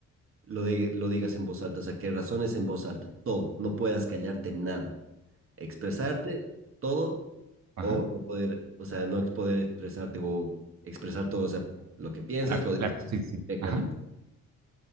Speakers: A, on the right (about 45°); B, on the right (about 65°).
A: lo, de- lo digas en voz alta? O sea, que razones en voz alta, todo, no puedas callarte nada. Expresarte todo
B: Ajá,
A: o no poder, o sea, no ex- poder expresarte o expresar todo, o sea, lo que piensas
B: claro,
A: lo dices
B: claro, sí, sí, sí.
A: directamente.
B: ajá.